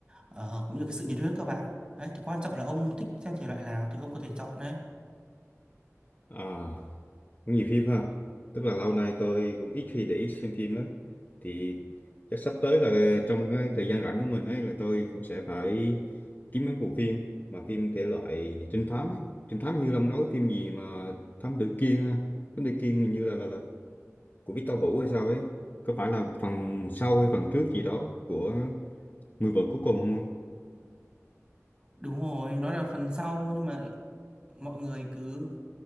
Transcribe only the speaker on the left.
À, cũng nhiều phim ha. Tức là lâu nay tôi cũng ít khi để ý xem phim lắm. Thì chắc sắp tới là trong cái thời gian rảnh của mình ấy là tôi cũng sẽ phải kiếm mấy bộ phim mà phim thể loại trinh thám ấy. Trinh thám như Long nói phím gì mà thám tử Kiên ha. Thám tử Kiên hình như là là, là của Victor Vũ hay sao ấy có phải là phần sau hay phần trước gì đó của Người vợ cuối cùng không ông